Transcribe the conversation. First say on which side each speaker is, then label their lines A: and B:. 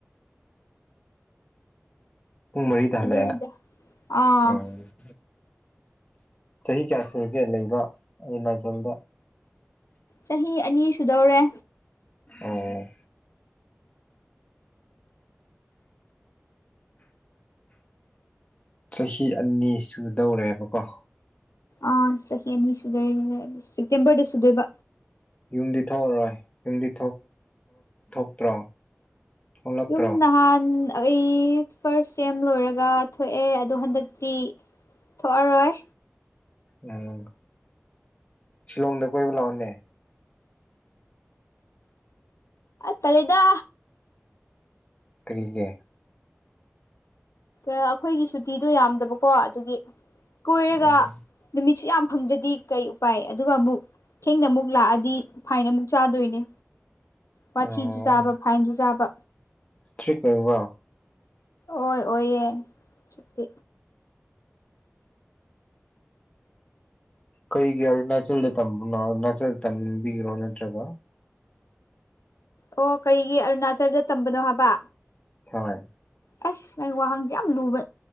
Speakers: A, on the left; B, on the left.
A: ꯄꯨꯡ ꯃꯔꯤꯗ
B: ꯑꯗꯨꯗ
A: ꯍꯜꯂꯛꯑꯦ
B: ꯑꯥ
A: ꯎꯝ ꯆꯍꯤ ꯀꯌꯥ ꯁꯨꯨꯔꯒꯦ ꯂꯩꯕ ꯑꯔꯨꯅꯥꯆꯜꯗ
B: ꯆꯍꯤ ꯑꯅꯤ ꯁꯨꯗꯧꯔꯦ
A: ꯑꯣ ꯆꯍꯤ ꯑꯅꯤ ꯁꯨꯗꯧꯔꯦꯕꯀꯣ
B: ꯑꯥ ꯆꯍꯤ ꯑꯅꯤ ꯁꯨꯗꯣꯏꯔꯦ ꯁꯦꯞꯇꯦꯝꯕꯔꯗ ꯁꯨꯗꯣꯏꯕ
A: ꯌꯨꯝꯗꯤ ꯊꯣꯛꯑꯔꯣꯏ ꯌꯨꯝꯗꯤ ꯊꯣꯛꯇ꯭ꯔꯣ ꯊꯣꯛꯂꯛꯇ꯭ꯔꯣ
B: ꯌꯨꯝ ꯅꯍꯥꯟꯥꯟ ꯑꯩ ꯐꯥꯔꯁ ꯁꯦꯝ ꯂꯣꯏꯔꯒ ꯊꯣꯛꯑꯦ ꯑꯗꯣ ꯍꯟꯗꯛꯇꯤ ꯊꯣꯛꯑꯔꯣꯏ
A: ꯎꯝ ꯁꯤꯂꯣꯡꯗ ꯀꯣꯏꯕ ꯂꯥꯛꯑꯣꯅꯦ
B: ꯑ ꯇꯂꯤꯦꯗ
A: ꯀꯔꯤꯒꯦ
B: ꯑꯩꯈꯣꯏꯒꯤ ꯁꯨꯇꯤꯗꯣ ꯌꯥꯝꯗꯕꯀꯣ ꯑꯗꯨꯒꯤ ꯀꯣꯏꯔꯒ
A: ꯑꯣ
B: ꯅꯨꯃꯤ ꯁꯨ ꯌꯥꯝ ꯐꯪꯗ꯭ꯔꯗꯤ ꯀꯩ ꯎꯄꯥꯏ ꯑꯗꯨꯒ ꯑꯃꯨꯛ ꯊꯦꯡꯅ ꯑꯃꯨꯛ ꯂꯥꯛꯑꯗꯤ ꯐꯥꯏꯟ ꯑꯃꯨꯛ ꯆꯥꯗꯣꯏꯅꯦ ꯋꯥꯊꯤꯁꯨ
A: ꯑꯣ
B: ꯆꯥꯕ ꯐꯥꯏꯟꯁꯨ ꯆꯥꯕ
A: ꯏꯁꯇ꯭ꯔꯤꯛ ꯑꯣꯏꯕꯣ
B: ꯑꯣꯏ ꯑꯣꯏꯌꯦ ꯁꯨꯛꯇꯤ
A: ꯀꯩꯒꯤ ꯅꯅꯥꯆꯜꯗ ꯇꯝꯕꯅꯣ ꯅꯅꯥꯆꯜꯗ ꯇꯝꯅꯤꯡꯕꯤꯈ꯭ꯔꯣ ꯅꯠꯇ꯭ꯔꯒ
B: ꯑꯣ ꯀꯔꯤꯒꯤ ꯑꯔꯨꯅꯥꯆꯜꯗ ꯇꯝꯕꯅꯣ ꯍꯥꯏꯕ
A: ꯍꯣꯏ
B: ꯑꯁ ꯅ ꯋꯥꯍꯪꯁꯦ ꯌꯥꯝ ꯂꯨꯕ